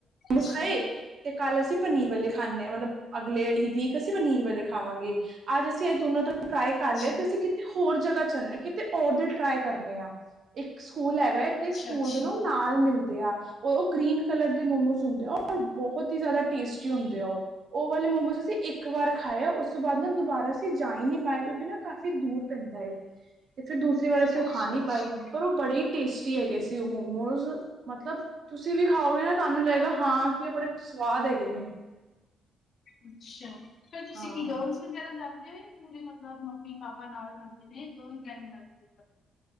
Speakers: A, on the left; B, on the right.
A: ਅੱਛਾ
B: ਖਾਏ, ਤੇ ਕੱਲ ਅਸੀਂ ਪਨੀਰ ਵਾਲੇ ਖਾਨੇ ਆ, ਮਤਲਬ ਅਗਲੇ ਈ ਵੀਕ ਅਸੀਂ ਪਨੀਰ ਵਾਲੇ ਖਾਵਾਂਗੇ, ਅੱਜ ਅਸੀਂ ਇਹ ਦੋਨਾਂ ਤੋਂ ਟਰਾਈ ਕਰ
A: ਅੱਛਾ ਅੱਛਾ
B: ਲਿਆ ਤੇ ਅਸੀਂ ਹੋਰ ਜਗ੍ਹਾ ਚੱਲਣੇ ਕਿਤੇ ਹੋਰ ਦੇ ਟਰਾਈ ਕਰਨੇ ਆ ਇੱਕ ਸਕੂਲ ਹੈਗਾ ਐ। ਤੇ
A: ਅੱਛਾ
B: ਸਕੂਲ
A: ਅੱਛਾ
B: ਦੇ ਇਕ ਨਾਲ ਮਿਲਦੇ, ਆ ਉਹ ਗ੍ਰੀਨ ਕਲਰ ਦੇ ਮੋਮੋਜ਼ ਹੁੰਦੇ ਆ ਬਹੁਤ ਈ ਜ਼ਿਆਦਾ ਟੇਸਟੀ ਹੁੰਦੇ ਆ ਉਹ ਓ ਵਾਲੇ ਮੋਮੋਜ ਅਸੀਂ ਏਕ ਇੱਕ ਵਾਰ ਖਾਏ ਉਸ ਤੋਂ ਬਾਦ ਨਾ ਦੁਬਾਰਾ ਅਸੀਂ ਜਾ ਈ ਨੀ ਪਾਏ ਕਿਉਂਕਿ ਨਾ ਕਾਫ਼ੀ ਦੂਰ ਪੈਂਦਾ ਏ। ਤੇ ਫੇਰ ਦੂਸਰੀ ਵਾਰ ਅਸੀਂ
A: ਅੱਛਾ
B: ਓ ਖਾਂ ਨੀ ਪਾਏ ਪਰ ਓ ਬੜੇ ਈ ਟੇਸਟੀ ਹੈਗੇ ਸੀ ਓ ਮੋਮੋਜ਼, ਮਤਲਬ ਤੁਸੀਂ ਵੀ ਖਾਓਗੇ ਨਾ ਤੁਆਨੂੰ ਵੀ ਲਗੇਗਾ ਹਾਂ ਕੀ ਓ ਬੜੇ ਸੁਆਦ ਹੈਗੇ ਨੇ।
A: ਅੱਛਾ, ਫੇਰ ਤੁਸੀਂ
B: ਹਾਂ
A: ਕੀ ਕਰ ਰੇ <unintelligible> ਵਗੈਰਾ ਜਾਂਦੇ ਨੇ ਪੂਰੇ ਮਤਲਬ ਮੰਮੀ, ਪਾਪਾ ਨਾਲ ਜਾਂਦੇ ਨੇ ਦੋਨ ਨਾਲ ਜਾਂਦੇ। ਹੋ